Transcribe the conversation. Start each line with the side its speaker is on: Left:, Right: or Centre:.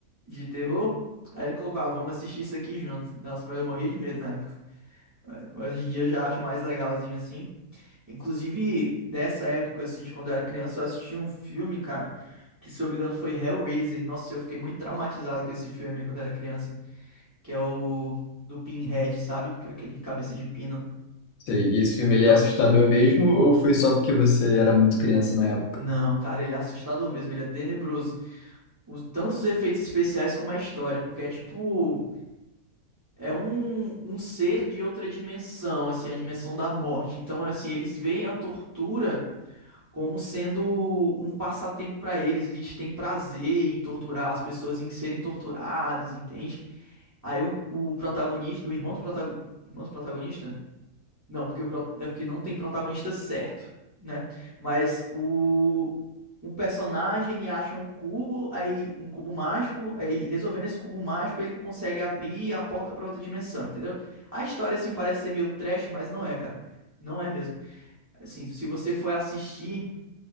Right: de terror. Aí ele colocou, ah, vamos assistir isso aqui junto. Nossa, mas eu morria de medo na época. Mas hoje em dia eu já acho mais legalzinho, assim. Inclusive, dessa época, assim, de quando eu era criança, eu assisti um filme, cara, que se eu não me engano foi Hellraiser. Nossa, eu fiquei muito traumatizado com esse filme quando eu era criança que é o do Pinhead, sabe? Que é aquele cabeça de pino.
Left: Sei. E esse filme, ele
Right: Já
Left: é assustador
Right: ouviu falar?
Left: mesmo ou foi só porque você era muito criança na época?
Right: Não, cara, ele é assustador mesmo, ele é tenebroso. Os, tanto os efeitos especiais como a história, porque é tipo. É um, um ser de outra dimensão, assim, a dimensão da morte. Então, é assim, eles veem a tortura como sendo um passatempo pra eles. Eles têm prazer em torturar as pessoas, em serem torturadas, entende? Aí o, o protagonista, o irmão do protagonista. Irmão do protagonista? Não, porque, o, pro- é porque não tem protagonista certo, né? Mas o, o personagem, ele acha um cubo, aí um cubo mágico, aí resolvendo esse cubo mágico, ele consegue abrir a porta para outra dimensão, entendeu? A história, assim, parece ser meio trash, mas não é, cara. Não é mesmo. Assim, se você for assistir